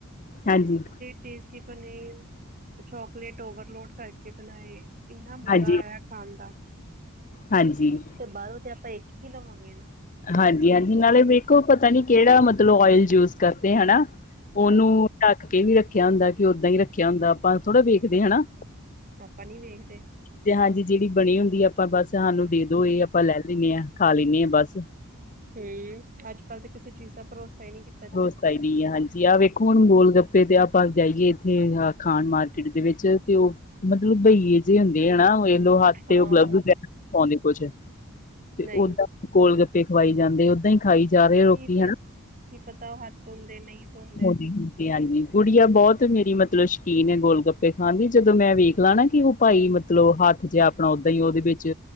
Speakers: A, on the left; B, on the right.
A: ਹਾਂਜੀ,
B: ਟੇਸਟੀ ਬਨੇ, ਚੋਕਲੇਟ ਓਵਰਲੋਡ ਕਰਕੇ ਬਨਾਏ। ਏਨਾ ਮਜ਼ਾ
A: ਹਾਂਜੀ,
B: ਆਇਆ ਖਾਨ ਦਾ।
A: ਹਾਂਜੀ।
B: ੳ ਬਲਕ ਐ ਆਪਾਂ ਇੱਕ ਹੀ ਲਵਾਂਗੇ ਨਾ।
A: ਹਾਂਜੀ, ਹਾਂਜੀ ਨਾਲੇ ਵੇਖੋ ਪਤਾ ਨੀ ਕਿਹੜਾ ਮਤਲਬ ਓਇਲ ਯੂਜ ਕਰਦੇ ਹੇਨਾ। ਉਹਨੂੰ
B: ਹਾਂ
A: ਢੱਕ ਕੇ ਵੀ ਰੱਖਿਆ ਹੁੰਦਾ, ਕਿ ਓਦਾਂ ਹੀ ਰੱਖਿਆ ਹੁੰਦਾ, ਆਪਾਂ ਥੋੜ੍ਹਾ ਵੇਖਦੇ? ਹੇਨਾ।
B: ਆਪਾਂ ਨੀ ਵੇਖਦੇ।
A: ਤੇ ਹਾਂਜੀ, ਜੇਹੜੀ ਬਣੀ ਹੁੰਦੀ ਆ, ਆਪਾਂ ਬਸ ਸਾਨੂੰ ਦੇ ਦੋ ਇਹ ਆਪਾਂ ਲੈ ਲੈਂਨੇ ਆ, ਖਾ ਲੈਂਨੇ ਆ, ਬਸ।
B: ਹਮ ਅੱਜ, ਕੱਲ ਤਾਂ ਕਿਸੇ ਚੀਜ਼ ਦਾ ਭਰੋਸਾ ਹੀ ਨਹੀਂ ਕੀਤ
A: ਭਰੋਸਾ ਈ ਨੀ ਆ, ਹ ਤੁਸੀਂ ਆਹ ਵੇਖੋ, ਹੁਣ ਗੋਲ ਗੱਪੇ ਤੇ ਆਪਾਂ ਜਾਈਏ ਇੱਥੇ ਖਾਣ ਮਾਰਕੀਟ ਦੇ ਵਿੱਚ ਤੇ, ਉਹ। ਮਤਲਬ ਬਹੀਏ ਜੇ ਹੁੰਦੇ ਹੈ ਨਾ, ਇਹ ਲੋ ਹੱਥ
B: ਹਾਂ
A: ਤੇ ਉਹ ਗਲੱ <unintelligible> ਪਾਉਂਦੇ ਕੁਛ ਤੇ,
B: ਨਹੀਂ
A: ਓਦਾਂ ਗੋਲ ਗੱਪੇ ਖਵਾਈ ਜਾਂਦੇ ਓਦਾਂ ਹੀ। ਖਾਈ ਜਾ ਰਹੇ। ਲੋਕੀ
B: ਕੀ ਪਤ,
A: ਹਨਾ।
B: ਕੀ ਪਤਾ ਉਹ ਹੱਥ ਧੌਦੇਂ ਨਹੀਂ ਧੋਂਦੇ।
A: <unintelligible> ਹਾਂਜੀ, ਗੁੜੀਆ ਬਹੁਤ ਮੇਰੀ ਮਤਲਬ ਸ਼ੌਕੀਨ ਹੈ ਗੋਲ ਗੱਪੇ ਖਾਣ ਦੀ, ਜਦੋਂ ਮੈਂ ਵੇਖ ਲਾਂ ਨਾ ਕਿ ਉਹ ਭਾਈ ਮਤ ਮਤਲਬ ਹੱਥ ਜ ਆਪਣਾ ਓਦਾਂ ਹੀ ਉਹਦੇ ਵਿੱਚ,